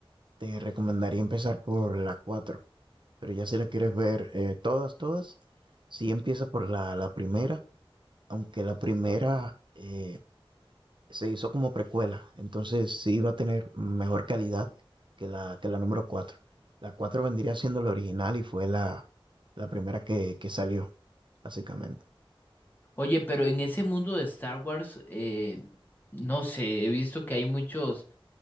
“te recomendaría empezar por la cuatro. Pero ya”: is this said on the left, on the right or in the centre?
Right